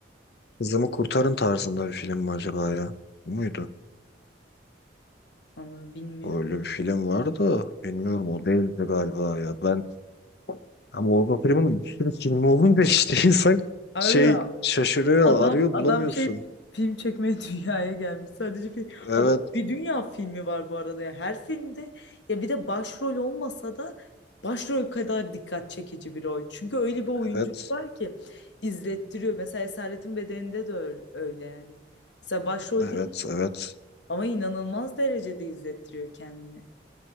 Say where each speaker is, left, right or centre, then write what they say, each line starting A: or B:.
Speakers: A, on the left (about 60°); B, on the left (about 75°).
A: Kızımı Kurtarın tarzında bir film mi acaba ya? Bu muydu?
B: Vallahi bilmiyorum.
A: Öyle bir film vardı. Bilmiyorum o değildi galiba ya. Ben ama Orga Prime'nin bir sürü filmi olunca <laughs> işte insan
B: Harbi
A: şey
B: mi?
A: şaşırıyor,
B: Adam
A: arıyor
B: adam
A: bulamıyorsun.
B: şey film çekmeye <laughs> dünyaya gelmiş. Sadece film.
A: Evet,
B: Adam, bir dünya filmi var bu arada ya. Her filmde ya bir de başrol olmasa da başrol kadar dikkat çekici bir rol. Çünkü öyle bir oyunculuk
A: evet,
B: var ki izlettiriyor. Mesela Esaretin Bedeni'nde de öyle, öyle yani. Mesela başrol
A: evet,
B: değil
A: evet.
B: ama inanılmaz derecede izlettiriyor kendini.